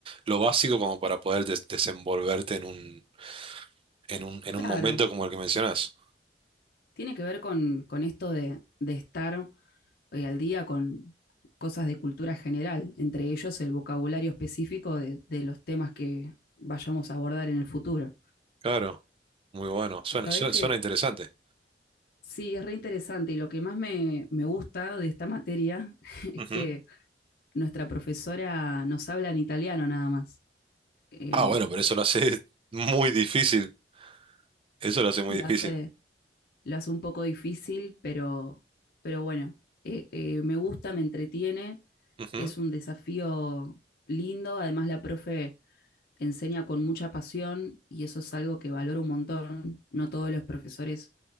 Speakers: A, on the right (about 30°); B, on the left (about 55°).
A: lo básico como para poder des- desenvolverte en un, en un, en
B: Claro,
A: un momento como el que mencionás.
B: Tiene que ver con, con esto de, de estar eh, al día con cosas de cultura general, entre ellos el vocabulario específico de, de los temas que vayamos a abordar en el futuro.
A: Claro, muy bueno. Suena,
B: Y sabés
A: suena,
B: que
A: suena interesante.
B: sí, es re interesante y lo que más me, me gusta de esta materia <laughs> es
A: Ujú.
B: que nuestra profesora nos habla en italiano nada más. Eh,
A: Ah, bueno, pero eso lo hace <laughs> muy difícil. Eso lo hace muy
B: lo
A: difícil.
B: hace lo hace un poco difícil, pero, pero bueno, eh, eh, me gusta, me entretiene,
A: Ujú.
B: es un desafío lindo, además la profe enseña con mucha pasión y eso es algo que valoro un montón, no todos los profesores